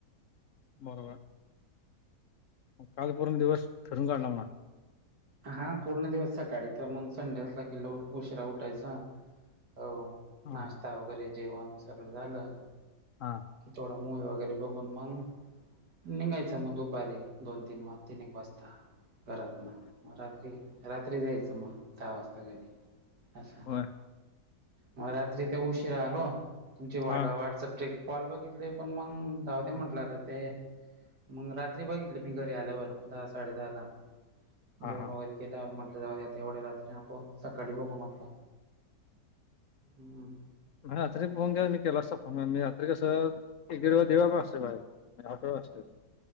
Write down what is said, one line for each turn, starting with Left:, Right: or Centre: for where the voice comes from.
Left: बरोबर हाय काल पूर्ण दिवस फिरून काढला म्हणा
Right: हा पूर्ण दिवस सकाळी तर मग संडे असला गेल्यावरं उशिरा उठायचा. हो
Left: हां
Right: नाश्ता
Left: हां
Right: वगैरे जेवण सगळं झालं
Left: हा
Right: की थोडा मूल वगैरे बघून मग निघायच मग दुपारी दोन तीन वाज तीन एक वाजता घरात न म रात्री, रात्री जायचं मग दहा वाजता घरी असं
Left: बर
Right: मग रात्री ते उशीरा आलो तुमची व्हाट्सअप
Left: हां
Right: चेक कॉल बघितले पण मग जाऊदे म्हटलं आता ते मग रात्री बघितली मी घरी आल्यावर दहा साडे दहा ला
Left: हां
Right: जेवण
Left: हां
Right: वगैरे केल्यावर म्हटलं जाव्या आता एवढ्या रात्री नको सकाळी बघू म्हटलं. हम्म
Left: म रात्री फोन केल्यावर मी केला असता फोन मी रात्री कस एक दीड, दीड वाजेपर्यंत असतोय बाहेर मी हॉटेल वर असतोय